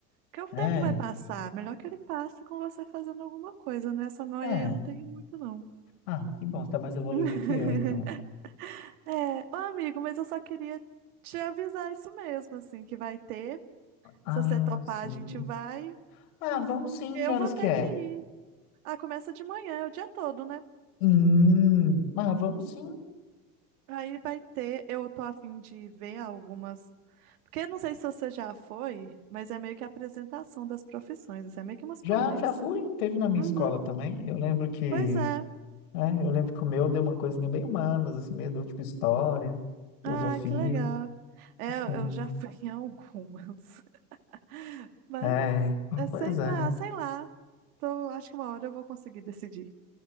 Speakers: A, on the right; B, on the left.
A: Porque o
B: É,
A: tempo vai passar. Melhor que ele passe com você fazendo alguma coisa, né? Essa noia
B: é.
A: aí eu não tenho muito, não.
B: Ah, que bom, você tá mais evoluído
A: <laughs>
B: que eu, então.
A: É, ô amigo, mas eu só queria te avisar isso mesmo, assim, que vai ter.
B: Ah,
A: Se você topar,
B: sim.
A: a gente vai.
B: Ah, vamos sim,
A: Eu
B: que horas
A: vou ter
B: que é?
A: que ir. Ah, começa de manhã, é o dia todo, né?
B: Hum, ah, vamos sim.
A: Aí vai ter, eu tô a fim de ver algumas. Porque não sei se você já foi, mas é meio que a apresentação das profissões, isso é meio que umas
B: Já,
A: palestras.
B: já fui, teve na minha
A: Uhum.
B: escola também. Eu lembro que,
A: Pois é.
B: é, eu lembro que o meu deu uma coisinha bem humanas, assim mesmo, deu tipo história, filosofia,
A: Ah, que legal. É,
B: assim.
A: eu já <laughs> fui em algumas. <laughs> Mas
B: É, ah,
A: é sempre,
B: pois é.
A: ah, sei lá. Então, acho que uma hora eu vou conseguir decidir.